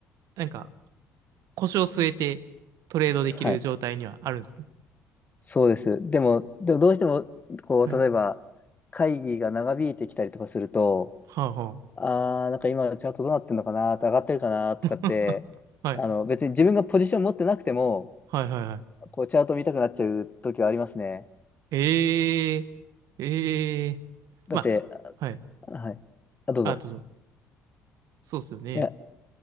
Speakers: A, on the right; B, on the left.
A: なんか、腰を据えてトレードできる状態にはあるんですね。
B: はい。そうです。でも、でもどうしても、こう、
A: はい。
B: 例えば、会議が長引いてきたりとかすると、
A: はあは
B: ああ、なんか今チャートどうなってんのかな、上がってるかなとかって、
A: あ。<laughs> はい。
B: あの、別に自分がポジション持ってなくても、
A: はいはいはい。
B: こうチャート見たくなっちゃう時はありますね。
A: ええええま
B: だって、
A: あ、はい。
B: はい。あ、どうぞ。
A: あ、どうぞ。そうっすよね。
B: いや、